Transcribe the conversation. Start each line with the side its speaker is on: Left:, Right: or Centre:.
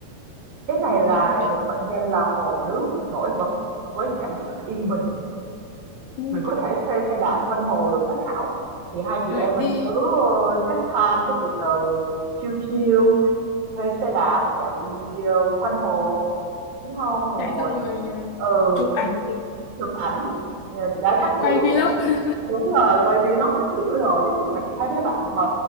Right: Cái này
Left: Ừ, Nhật
Right: là
Left: Việt.
Right: được mệnh danh là hồ nước nổi bật với cảnh sắc yên bình
Left: Ừ.
Right: mình có thể thuê xe đạp quanh hồ được đó Thảo thì hai chị
Left: Rồi
Right: em mình
Left: đi
Right: cứ ờ, take time cứ từ từ chill chill
Left: ừ,
Right: thuê xe đạp chạy ờ, quanh hồ đúng không ngồi
Left: chạy xong rồi ờ,
Right: ừ
Left: chụp ảnh,
Right: chụp ảnh ờ, các kiểu
Left: quay vlog.
Right: này. đúng rồi quay vlog các kiểu rồi giống như mà chị thấy mấy bạn mà